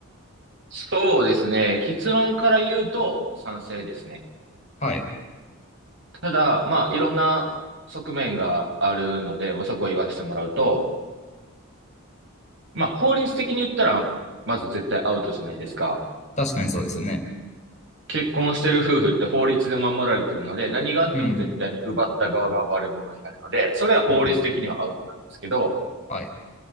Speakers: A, on the right (about 55°); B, on the left (about 30°).
A: そうですね。結論から言うと賛成ですね。
B: はい。
A: ただ、まあ、いろんな側面があるので、まあ、そこを言わせてもらうと、まあ、法律的に言ったら、まず絶対アウトじゃないですか。
B: 確かにそうですよね。
A: 結婚してる夫婦って法律で守られてるので、何があっても絶対に奪った側が悪者になるので、
B: うん。
A: それは法律的にはアウトなんですけど、
B: うん。うんはい。